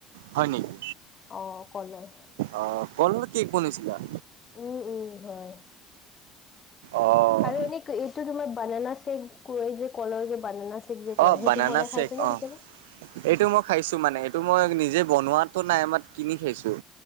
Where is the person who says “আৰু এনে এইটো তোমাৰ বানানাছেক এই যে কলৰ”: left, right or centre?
Left